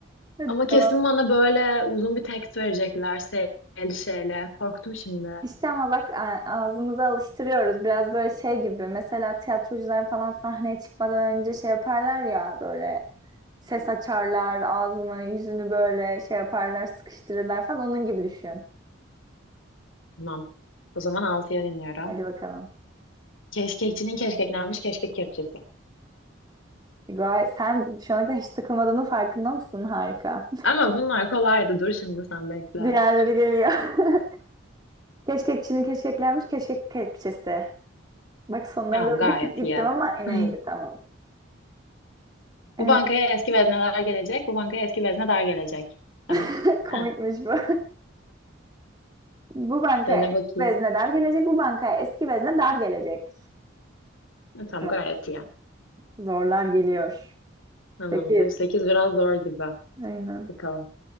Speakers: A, on the right (about 20°); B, on the left (about 75°).
A: Hadi
B: Ama kesin
A: devam.
B: bana böyle uzun bir tekst verecekler şeyli şeyle. Korktum şimdi.
A: İşte ama bak a- ağzımıza alıştırıyoruz. Biraz böyle şey gibi. Mesela tiyatrocular falan sahneye çıkmadan önce şey yaparlar ya böyle ses açarlar, ağzını, yüzünü böyle şey yaparlar, sıkıştırırlar falan. Onun gibi düşün.
B: Tamam. O zaman altıya deniyorum.
A: Hadi bakalım.
B: Keşkekçinin keşkeklenmiş keşkek kepçesi.
A: Gayet, sen şu ana kadar hiç takılmadığının farkında mısın? Harika.
B: Ama bunlar kolaydı. Dur şimdi sen bekle.
A: <laughs> Diğerleri geliyor. <laughs> Keşkek Çin'i keşkeklenmiş keşkek kepçesi. Bak sonlara
B: Tamam
A: doğru
B: gayet
A: bir tık gittim
B: iyi.
A: ama yine
B: <laughs>
A: iyiydi tamam. Ee,
B: Bu bankaya eski vezneler gelecek. Bu bankaya eski veznedar gelecek. Tamam.
A: <laughs> komikmiş
B: Ha,
A: bu. <laughs> Bu bankaya
B: dene
A: eski
B: bakayım.
A: vezne dar gelecek, bu bankaya eski vezne dar gelecek.
B: Ha, tamam
A: Tamam,
B: gayet iyi.
A: zorlar geliyor.
B: Tamam
A: 8.
B: bu 8 biraz zor gibi.
A: Aynen.
B: Bakalım.